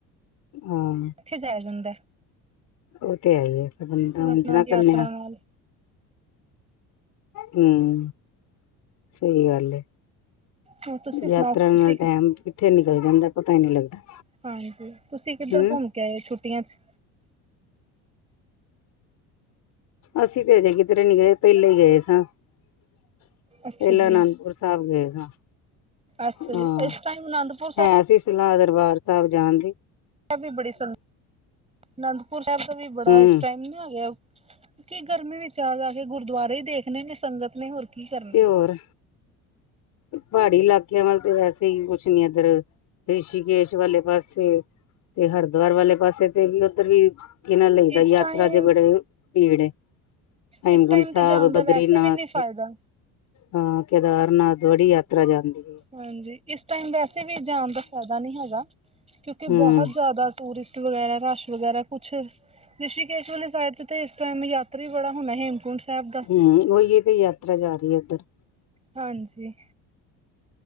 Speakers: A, on the left (about 60°); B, on the right (about 20°).
A: ਹਾਂ
B: ਇੱਥੇ ਜਾਇਆ ਜਾਂਦਾ
A: ਉਹ ਤੇ ਹੈ ਹੀ ਆ ਫਿਰ ਬੰਦਾ
B: ਆਪਣਾ
A: ਉਝਂਣਾ ਇਕੱਲਿਆਂ
B: ਯਾਤਰਾ ਨਾਲ
A: ਹਮ ਸਹੀ ਗੱਲ ਹੈ।
B: ਹੋਰ ਤੁਸੀਂ
A: ਯਾਤਰਾ
B: ਸੁਣਾਓ ਤੁਸੀਂ
A: ਨਾਲ ਟੈਮ, ਕਿੱਥੇ ਨਿਕਲ ਜਾਂਦਾ ਪਤਾ ਨੀ ਲੱਗਦਾ
B: ਹਾਂਜੀ, ਤੁਸੀਂ ਕਿੱਧਰ
A: ਹੂੰ
B: ਘੁੰਮ ਕੇ ਆਏ ਛੁੱਟੀਆਂ 'ਚ-
A: ਅਸੀਂ ਤੇ ਹਜੇ ਕਿਧਰੇ ਨੀ ਗਏ ਪਹਿਲੇ ਹੀ ਗਏ ਸਾਂ ਪਹਿਲਾ
B: ਅੱਛਾ ਜੀ
A: ਅਨੰਦਪੁਰ ਸਭ ਗਏ ਸਾਂ
B: ਅੱਛਾ
A: ਹਾਂ
B: ਜੀ, ਇਸ ਟਾਈਮ ਅਨੰਦਪੁਰ ਸਾਹਿਬ
A: ਹੈ ਸੀ ਸਲਾਹ ਦਰਬਾਰ ਸਾਹਿਬ ਜਾਣਦੀ
B: ਐ ਵੀ ਬੜੀ ਸੰ ਅਨੰਦਪੁਰ ਸਾਹਿਬ ਦਾ ਵੀ ਬੜਾ
A: ਹੂੰ
B: ਇਸ ਟਾਈਮ ਨੀ ਆ ਗਿਆ ਕੀ ਗਰਮੀ ਵਿੱਚ ਆ ਜਾ ਕੇ ਗੁਰਦੁਆਰੇ ਹੀ ਦੇਖਣੇ ਨੇ ਸੰਗਤ ਨੇ ਹੋਰ ਕੀ ਕਰਨਾ
A: ਤੇ' ਹੋਰ ਪਹਾੜੀ ਇਲਾਕਿਆਂ ਵੱਲ ਵੈਸੇ ਹੀ ਕੁਛ ਨੀ ਇੱਧਰ ਰਿਸ਼ੀਕੇਸ਼ ਵਾਲੇ ਪਾਸੇ ਤੇ ਹਰਿਦੁਆਰ ਵਾਲੇ ਪਾਸੇ ਤੇ ਵੀ ਉੱਧਰ ਵੀ, ਕੀ ਨਾਂ ਲਈਦਾ
B: ਇਸ
A: ਯਾਤਰਾ
B: ਟਾਈਮ
A: ਦੇ ਬੜੇ ਭੀੜ ਏ, ਹੇਮਕੁੰਡ
B: ਇਸ ਟਾਈਮ
A: ਸਾਹਿਬ,
B: ਤੇ ਜਾਣ
A: ਬਦਰੀਨਾਥ
B: ਦਾ ਵੈਸੇ ਵੀ ਨਹੀਂ ਫਾਇਦਾ
A: ਹਾਂ ਕੇਦਾਰਨਾਥ ਬੜੀ ਯਾਤਰਾ ਜਾਂਦੀ ਏਂ।
B: ਹਾਂਜੀ, ਇਸ ਟਾਈਮ ਵੈਸੇ ਵੀ ਜਾਣ ਦਾ ਫਾਇਦਾ ਨੀ ਹੈਗਾ। ਕਿਉਂਕਿ
A: ਹੂੰ
B: ਬਹੁਤ ਜ਼ਿਆਦਾ ਟੂਰਿਸਟ ਵਗੈਰਾ, ਰਸ਼ ਵਗੈਰਾ, ਕੁੱਛ ਰਿਸ਼ੀਕੇਸ਼ ਵਾਲੀ ਸਾਈਡ ਤੇ-ਤੇ ਇਸ ਟਾਈਮ ਯਾਤਰੀ ਬੜਾ ਹੁਣਾ ਹੇਮਕੁੰਟ ਸਾਹਿਬ ਦਾ।
A: ਹੂੰ, ਉਹੀਏ ਤੇ ਯਾਤਰਾ ਜਾ ਰੀ ਏਧਰ।
B: ਹਾਂਜੀ।